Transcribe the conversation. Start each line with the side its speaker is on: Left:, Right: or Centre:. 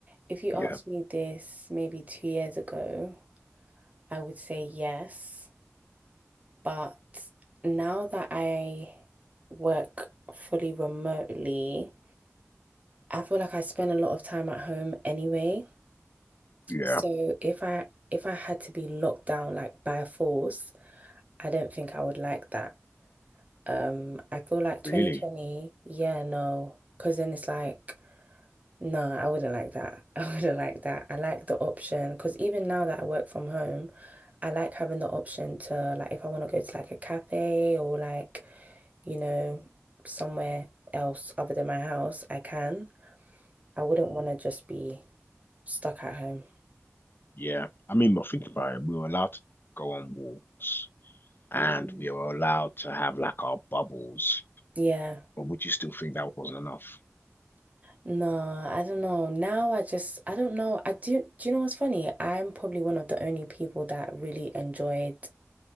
Right: If you
Left: Yeah,
Right: asked me this maybe two years ago, I would say yes. But now that I work fully remotely, I feel like I spend a lot of time at home anyway.
Left: yeah,
Right: So if I if I had to be locked down like by force, I don't think I would like that. Um, I feel like 2020,
Left: really.
Right: yeah, no, because then it's like, no, I wouldn't like that. <laughs> I wouldn't like that. I like the option because even now that I work from home, I like having the option to like if I want to go to like a cafe or like, you know, somewhere else other than my house, I can. I wouldn't want to just be stuck at home.
Left: Yeah. I mean, but think about it. We were allowed to go on walks and
Right: Mm.
Left: we were allowed to have like our bubbles.
Right: Yeah.
Left: But would you still think that wasn't enough?
Right: No, I don't know. Now I just I don't know. I do do you know what's funny? I'm probably one of the only people that really enjoyed